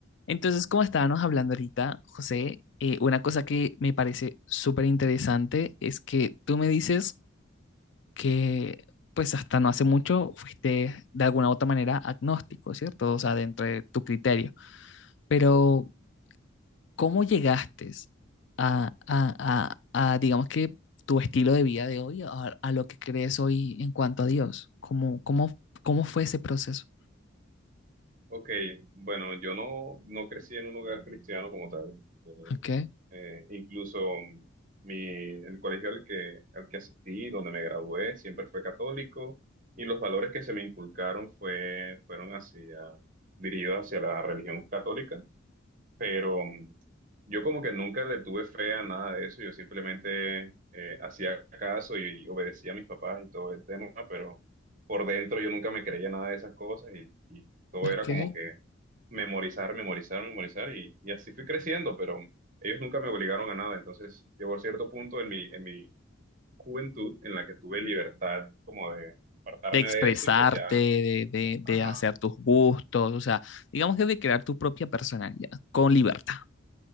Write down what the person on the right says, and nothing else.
Ok, bueno, yo no, no crecí en un hogar cristiano como tal. Eh,
eh, incluso mi, el colegio al que, al que asistí, donde me gradué, siempre fue católico y los valores que se me inculcaron fue, fueron hacia, dirigidos hacia la religión católica pero mm, yo como que nunca le tuve fe a nada de eso, yo simplemente eh, hacía caso y, y obedecía a mis papás y todo el tema, pero por dentro yo nunca me creía nada de esas cosas y, y todo
era como que memorizar, memorizar, memorizar y, y así fui creciendo, pero ellos nunca me obligaron a nada, entonces llegó cierto punto en mi, en mi juventud en la que tuve libertad como de apartarme
de eso y pues ya,
ajá.